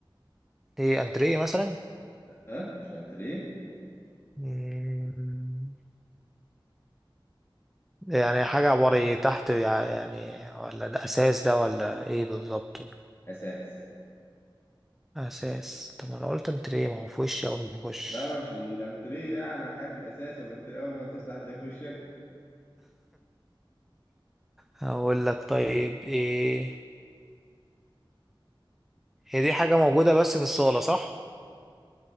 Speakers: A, in the centre; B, on the left.
A: ايه انتريه مثلا
B: لأ مش الأنتريه
A: مم. يعني حاجة عبارة إيه؟ تحت يع- يعني ولا ده اساس ده ولا ايه بالظبط
B: أساس
A: اساس طب ما انا قلت انتريه ما هو في وشي اول ما بخش
B: لا ما مش الأنتريه يعني حاجة في الأساس ولا الأنتريه أول ما تفتح هتلاقيه في وشك
A: هقول لك طيب ايه هي دي حاجة موجودة بس في الصالة صح